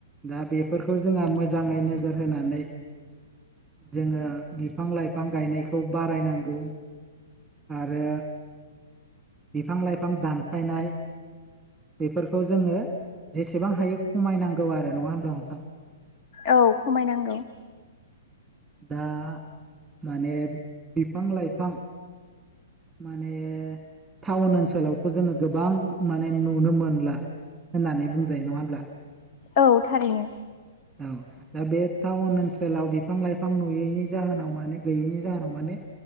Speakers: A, in the centre; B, on the left (about 40°).
A: दा बेफोरखौ जोंहा मोजाङै नोजोर होनानै जोङो बिफां लाइफां गायनायखौ खौ बारायनांगौ आरो बिफां लाइफां दानफायनाय बेफोरखौ जोंङो जेसेबां हायो खमायनांगौ आरो नङा होनब्ला नोंथां?
B: औ खमायनांगौ।
A: दा माने बिफां लाइफां माने टाउन ओनसोलावथ' जोङो गोबां माने नुनो मोनला होननानै बुंजायो नङा होमब्ला?
B: औ थारैनो
A: औ दा बे टाउन ओनसोलाव बिफां लाइफां नुयैनि जाहोनाव माने गैयैनि जाहोनाव माने